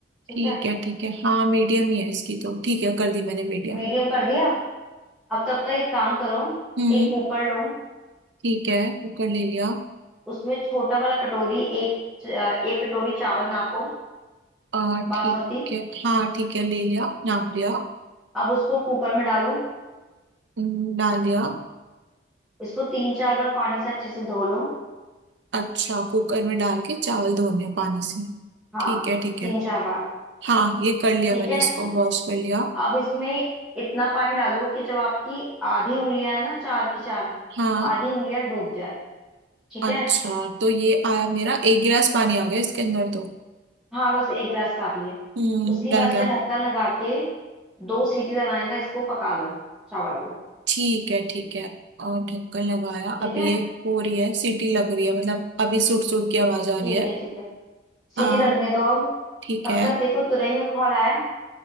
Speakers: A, in the centre; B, on the right (about 70°).
A: ठीक
B: ठीक
A: है
B: है ठीक है हाँ मीडियम ही है इसकी तो ठीक है कर दी मैंने मीडियम
A: मीडियम कर दिया अब तब तक एक काम करो
B: हम्म
A: एक कुकर लो
B: ठीक है कुकर ले लिया
A: उसमें छोटा वाला कटोरी एक च- एक कटोरी चावल नापो
B: आ
A: बासमती
B: ठीक है हाँ ठीक है ले लिया नाप लिया
A: अब उसको कुकर में डालो
B: हम्म, डाल दिया
A: इसको तीन चार बार पानी से अच्छे से धो लो
B: अच्छा कुकर में डाल के चावल धोने हैं पानी से
A: हाँ
B: ठीक है ठीक
A: तीन
B: है
A: चार बार
B: हाँ ये कर लिया
A: ठीक
B: मैंने
A: है
B: इसको वॉश कर लिया
A: अब इसमें इतना पानी डालो कि जब आपकी आधी उंगलियां है ना चार की चार
B: हाँ
A: आधी उंगलियां डूब जाए ठीक
B: अच्छा
A: है
B: तो ये आया मेरा एक गिलास पानी आ गया इसके अंदर तो
A: हाँ बस एक गिलास काफी है
B: हम्म
A: उसके
B: डल
A: बाद इसका
B: गया
A: ढक्कन लगा के दो सीटी लगाने तक इसको पका लो चावल को
B: ठीक है ठीक है और ढक्कन लगाया
A: ठीक
B: अब
A: है
B: ये हो रही है सीटी लग रही है मतलब अभी सुट सुट की आवाज आ रही
A: ठीक
B: है
A: है ठीक है
B: हाँ
A: सीटी लगने दो अब
B: ठीक
A: तब
B: है
A: तक देखो तुरई में खौल आया